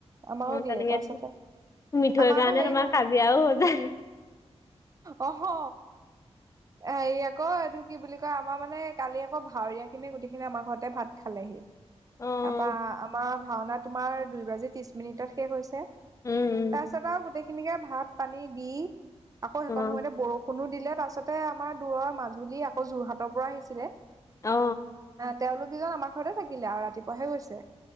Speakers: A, on the right; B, on the left.
A: আমাৰও
B: অ',
A: দিয়ে
B: তেনেকে
A: তাৰপাছতে।
B: মিঠৈৰ
A: আমাৰ
B: কাৰণে
A: আকৌ হেৰি
B: তোমাৰ
A: হল
B: কাজিয়াও হৈ যায়।
A: অ সহ। হেৰি আকৌ এইটো কি বুলি কয় আমাৰ মানে কালি আকৌ ভাৱৰিয়া খিনি গোটেইখিনি আমাৰ ঘৰত। ভাত খালেহি
B: অ',
A: তাৰপা আমাৰ ভাওনা তোমাৰ দুই বাজি ত্ৰিশ মিনিটত শেষ হৈছে।
B: উম,
A: তাৰপিছত আৰু গোটেইখিনিকে ভাত পানী দি। আকৌ সেইখন
B: উম,
A: সময়তে বৰষুণো দিলে তাৰাছতে আমাৰ দূৰৰ মাজুলী আকৌ যোৰহাটৰ পৰা আহিছিলে।
B: অ।
A: তেওঁলোক কেইজন আমাৰ ঘৰতে থাকিলে আৰু ৰাতিপুৱাাহে গৈছে।